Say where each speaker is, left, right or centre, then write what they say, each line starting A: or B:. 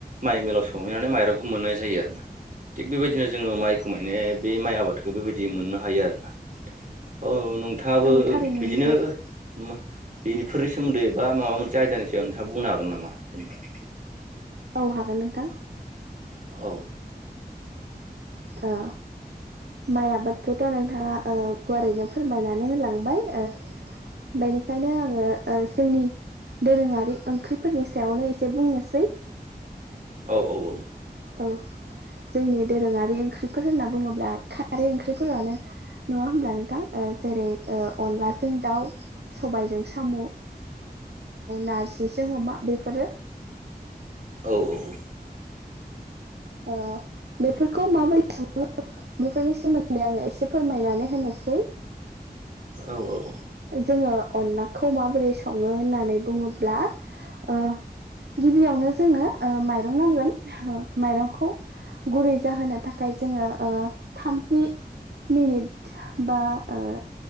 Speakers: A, on the right (about 50°); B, on the right (about 85°).
A: माइ मिलाव सौहैनानै माइरंखौ मोननाय जायो आरो ना। थिग बेबायदिनो जोंङो माइखौ माने बे माइ आबादखौ बेबायदि मोननो हायो आरोना। अ नोंथांङाबो
B: औ थारैनो
A: बिदिनो
B: नोंथां
A: मो बेफोरनि सोमोन्दै बा माबा मोनसे आयदानि सायाव नोंसांङा बुंनो हागोन नामा जेनेबा
B: औ हागोन नोंथां।
A: औ
B: ओ माइ आबादखौथ' नोंथाङा ओ गुवारैनो फोरमायनानै होलांबाय ओ। बेनिखायनो आङो ओ जोंनि दोरोङारि ओंख्रिफोरनि सायावनो एसे बुंनोसै।
A: औ-औ-औ।
B: औ जोंनि दोरोङारि ओंख्रिफोर होनना बुङोब्ला खारि ओंख्रिफोरानो नङा होमब्ला नोंथां ओ जेरै ओ अनलाजों दाउ सबायजों साम' नारजिजोंं अमा बेफोरो
A: औ-औ-औ
B: ओ बेफोरखौ माबोरै सोङो बेफोरनि सोमोन्दै आङो एसे फोरमायनानै होनोसै।
A: औ औ
B: जोंङो अनलाखौ माबोरै संङो होननानै बुंङोब्ला ओ गिबियावनो जोंनो ओ माइरं नांगोन। ओ माइरंखौ गुरै जाहोनो थाखाय जोंङो ओ थाम जि मिनिट बा ओ